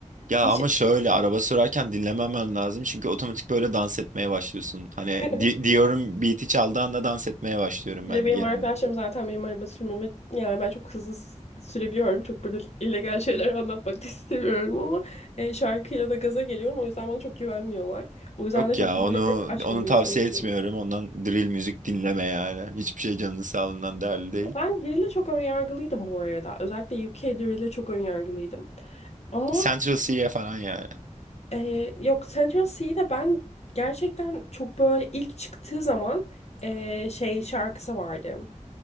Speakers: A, on the right; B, on the left.
A: Ya
B: Hiç...
A: ama şöyle araba sürerken dinlememem lazım çünkü otomatik böyle dans etmeye başlıyorsun. Hani
B: <laughs>
A: di- diyorum beat'i çaldığı anda dans etmeye başlıyorum
B: Bir
A: ben
B: de benim
A: yerim.
B: arkadaşlarım zaten benim araba sürmemi yani ben çok hızlı s- sürebiliyorum. Çok burada illegal şeyler anlatmak da istemiyorum ama e, şarkıyla da gaza geliyorum. O yüzden bana çok güvenmiyorlar. O yüzden
A: Yok
B: de çok
A: ya
B: böyle
A: onu
B: laf açmamaya
A: onu tavsiye
B: çalışıyorum.
A: etmiyorum. Ondan drill müzik dinleme yani. Hiçbir şey canının sağlığından değerli değil.
B: Ben Drill'e çok önyargılıydım bu arada. Özellikle UK Drill'e çok önyargılıydım. Ama
A: Central Cee falan ya.
B: e, yok Central C'de ben gerçekten çok böyle ilk çıktığı zaman e, şey şarkısı vardı.